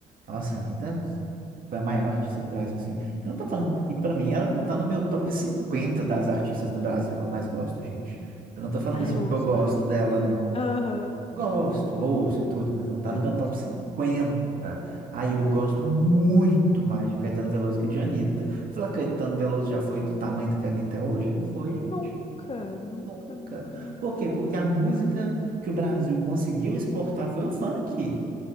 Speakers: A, on the right; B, on the left.
A: nossa, a Anitta foi a maior artista do Brasil, assim. Eu não tô falando, e pra mim ela não tá no meu top 50 das artistas do Brasil que eu mais gosto, gente. Eu não tô falando
B: Ah,
A: isso
B: eu
A: porque
B: ouço
A: eu gosto
B: bastante.
A: dela, não.
B: Aham,
A: Gosto, ouço e tudo, mas não tá
B: eu
A: no meu
B: ouço
A: top 50.
B: bastante.
A: Aí eu gosto muito mais de Caetano Veloso que de Anitta. Falar que Caetano Veloso já foi do tamanho do que a Anitta é hoje? Não foi, gente.
B: Nunca, nunca,
A: Nunca.
B: nunca, nunca.
A: Por quê? Porque a música que o Brasil conseguiu exportar foi o funk.